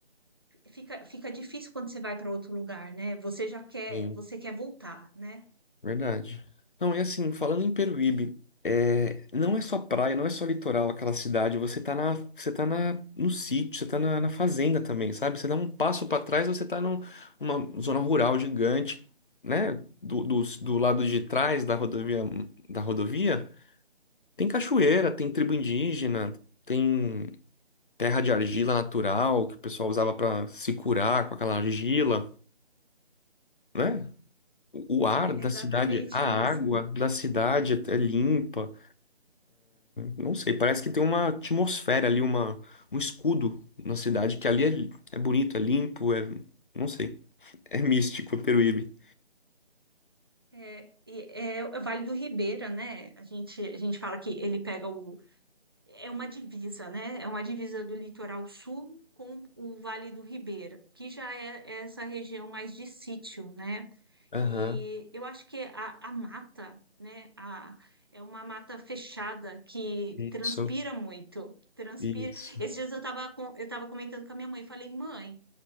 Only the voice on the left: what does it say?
Sim.
Verdade. Não, é assim, falando em Peruíbe, é, não é só praia, não é só litoral aquela cidade. Você tá na, você tá na, no sítio, você tá na, na fazenda também, sabe? Você dá um passo para trás, você tá num- numa zona rural gigante, né? Do, do, do lado de trás da rodovia, da rodovia. Tem cachoeira,
tem tribo indígena, tem terra de argila natural que o pessoal usava para se curar com aquela argila, né? O o ar
da
cidade, a água
da cidade é é limpa. Não sei, parece que tem uma atmosfera ali, uma, um escudo na cidade que ali é, é bonito, é limpo, é, não sei, é místico, é Peruíbe.
Aham,
isso,
isso.